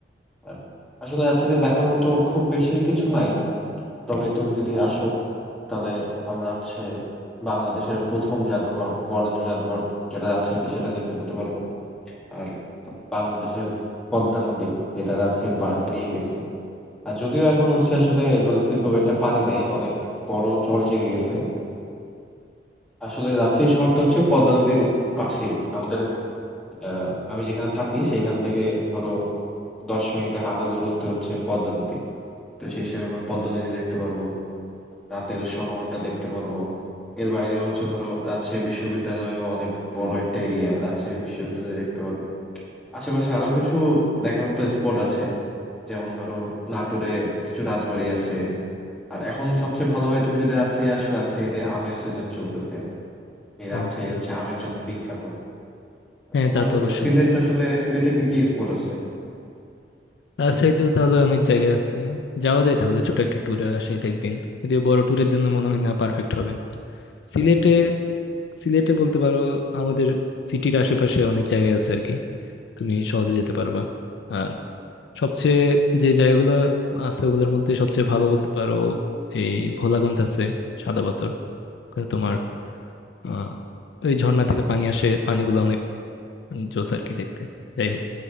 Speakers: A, in the centre; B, on the left (about 70°).
A: আর আসলে রাজশাহীতে দেখার মতো খুব বেশি কিছু নাই তবে তুমি যদি আসো তাহলে আমরা হচ্ছে বাংলাদেশের প্রথম জাদুঘর বরেন্দ্র জাদুঘর যেটা রাজশাহীতে সেটা দেখতে যেতে পারবো আর বাংলাদেশের পদ্মা নদী যেটা রাজশাহীর পাশ দিয়ে গেছে আর যদিও এখন হচ্ছে আসলে নদীতে খুব একটা পানি নাই অনেক বড় চর জেগে গেছে আসলে রাজশাহী শহরটা হচ্ছে পদ্মা নদীর পাশেই আমাদের আহ, আমি যেখানে থাকি সেখান থেকে ধরো দশ মিনিটে হাঁটা দূরত্বে হচ্ছে পদ্মা নদী তো সেই হিসেবে আমরা পদ্মা নদী দেখতে পারবো রাতের শহরটা দেখতে পারবো এর বাইরে হচ্ছে ধরো রাজশাহী বিশ্ববিদ্যালয়ও অনেক বড় একটা এরিয়া রাজশাহী বিশ্ববিদ্যালয় দেখতে পারবো আশেপাশে আরো কিছু দেখার মতো স্পট আছে যেমন ধরো নাটোরে কিছু রাজবাড়ি আছে আর এখন সবচেয়ে ভালো হয় তুমি যদি রাজশাহী আসো রাজশাহীতে আমের সিজন চলতেছে আর কি এই রাজশাহী
B: ও আচ্ছা
A: হচ্ছে আমের জন্য বিখ্যাত
B: হ্যাঁ
A: তোমার
B: তা তো অবশ্যই
A: আহ, সিলেট আসলে সিলেটে কি কি স্পট আছে
B: রাজশাহীতে তো তাহলে অনেক জায়গা আছে যাওয়া যায় তাহলে ছোট একটা ট্যুরে রাজশাহীতে একদিন যদিও বড় ট্যুরের জন্য মনে হয় না পারফেক্ট হবে সিলেটে সিলেটে বলতে পারো আমাদের সিটির আশেপাশে অনেক জায়গা আছে আর কি তুমি সহজে যেতে পারবা আর সবচেয়ে যে জায়গাগুলো আছে ওগুলোর মধ্যে সবচেয়ে ভালো বলতে পারো এই ভোলাগঞ্জ আছে সাদা পাথর ওখানে তোমার আহ ওই ঝর্ণা থেকে পানি আসে পানিগুলো অনেক জোস আর কি দেখতে যাই হোক